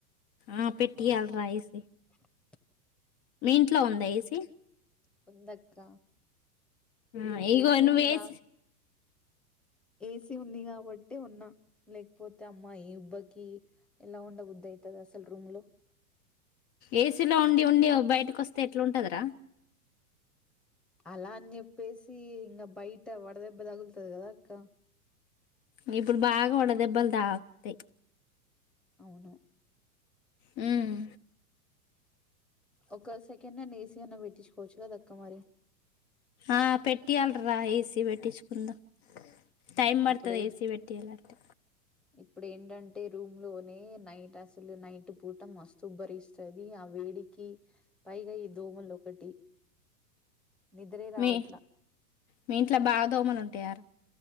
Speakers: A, on the left; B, in the centre.
A: ఆ పెట్టియాల్రా ఏ సి
B: <unintelligible>
A: మీ ఇంట్లో ఉందా ఏసి
B: ఉందక్క
A: మ్మ్ ఇగో
B: ఏసీ
A: నువ్
B: ఉందిగా
A: ఏ సి
B: ఏసీ ఉంది గాబాట్ ట్టి ఉన్నా లేకపోతే అమ్మా ఈ ఉబ్బకి ఎలా ఉండబుదైతది అసలు రూమ్ లో
A: ఏసీలో ఉండి ఉండి ఒ బయటకి కొస్తే ఎట్లుంటదిరా
B: అలా అన్ జెప్ పేసి ఇంగ బయట వడదెబ్బ దగులతది గద అక్క
A: గిప్పుడు బాగా వడదెబ్బలు దాక్తయ్
B: అవును
A: మ్మ్
B: ఒక సెకండ్ హ్యాండ్ ఏసీ అన్న పెట్టించుకోవచ్చు గదక్కా మరి
A: ఆ పెట్టియలరా ఎసి ఏసి పెట్టించుకుందాం టైం పడుతుంది
B: ఇప్పుడే
A: ఏసీ పెట్టియాలంటే
B: ఇప్పుడు ఏంటంటే రూమ్ లోనే నైట్ అసలు నైట్ పూట మస్తుబ్బరిస్తది అవి వేడికి పైగా ఈ దోమలు ఒకటి నిద్రే రావట్లా
A: మీ మీ ఇంట్లో బాదోమలు ఉంటాయార